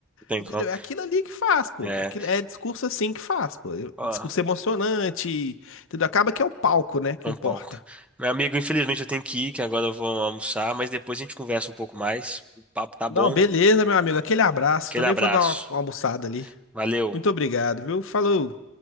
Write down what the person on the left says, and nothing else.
Entendeu?
É aquilo ali que faz, pô.
Aquilo é discurso assim que faz, pô. É
Discurso emocionante, entendeu? Acaba que é o palco, né, que
importa.
Não,
beleza, meu amigo. Aquele abraço.
Também
vou dar uma uma almoçada ali.
Muito obrigado, viu? Falou.